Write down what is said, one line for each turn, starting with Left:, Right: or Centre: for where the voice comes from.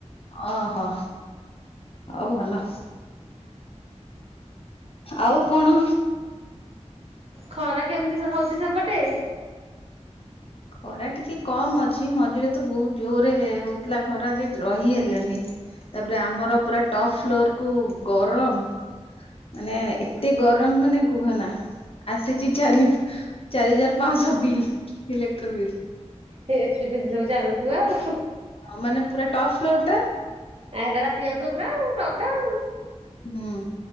Left: ଓହୋ ହଉ ଭଲ। ଆଉ କଣ?
Right: ଖରା କେମିତି ହଉଛି ସେପଟେ?
Left: ଖରା ଟିକେ କମ ଅଛି ମଝିରେ ତ ବହୁତ ଜୋର ହଉଥିଲା ଖରା ଯେ ରହି ହେଲାନି। ତାପରେ ଆମର ପୁରା ଟପ ଫ୍ଲୋର କୁ ଗରମ ମାନେ ଏତେ ଗରମ ମାନେ କୁହନା ଆସିଚି ଚାରି ଚାରି ହଜାର ପାଆଁଶ ବିଲ ଇଲେକ୍ଟ୍ରୀ ବିଲ୍।
Right: ସେ ଏସି ପେଶି ସବୁ ଚାଲୁଥିବ ଆଉ ହୁ
Left: ହଁ ମାନେ ପୁରା ଟପ୍ ଫ୍ଲୋର ଟା।
Right: ଆ ରାତି ଯାଉଥିବ ପୁରା ଆଉ ଟପ୍ ଟା ଆଉ।
Left: ହୁଁ।